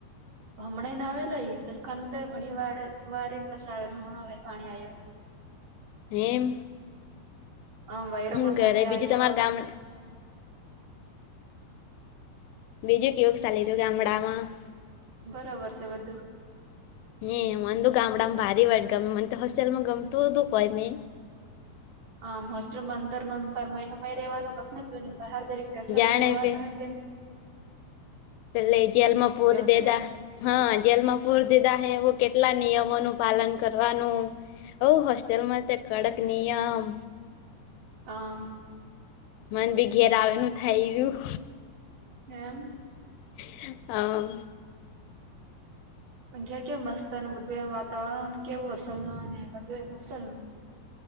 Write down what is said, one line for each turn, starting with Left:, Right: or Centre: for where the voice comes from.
Right: હમણાં ને આવે લઈ સરરખાનું તો ઘણી વાર વાર બસ આવે હમણાં પાણી આવે
Left: એમ
Right: આમ વયરો
Left: હ
Right: પણ
Left: ઘરે
Right: ભારી
Left: બીજું
Right: આવ્યો
Left: તમાર ગામ બીજું કેવું ચાલી રહ્યું ગામડામાં
Right: બરોબર છે બધું.
Left: મે ગામડામાં ભારીયુ હોય ગમી મન તો હોસ્ટેલમાં ગમતું તું પન મે
Right: આમ હોસ્ટેલમાં અંદર મયનું મય રહેવાનું ગમે હતું બહાર જરીક કેસલ
Left: જાણે
Right: રેવાનું
Left: પે
Right: તે
Left: પેલે જેલમાંપૂરી
Right: મન
Left: દે
Right: તે
Left: દા હા જેલમાં પૂરી દીધા હે એ કેટલા નિયમોનું પાલન કરવાનું અવ હોસ્ટેલમાં કડક નિયમ
Right: <unintelligible>
Left: મન બી ઘેર આવેનું થઈયું
Right: હમ.
Left: હ.
Right: પણ ઘેર કેમ મસ્ત બધું એમ વાતાવરણ કેવું અસલ ન ને બધું એમ અસલ ન